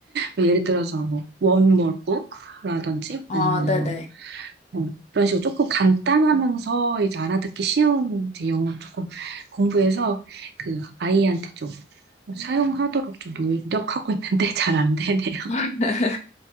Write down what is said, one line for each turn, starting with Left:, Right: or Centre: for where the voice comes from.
Right: 뭐 예를 들어서 뭐, one more book? 라든지
Left: 아,
Right: 아니면
Left: 네네.
Right: 어, 그런 식으로 조금 간단하면서 이제 알아듣기 쉬운 이제 영어 조금 공부해서 그 아이한테 좀 사용하도록 좀 노력하고 있는데 <laughs> 잘 안 되네요.
Left: <laughs>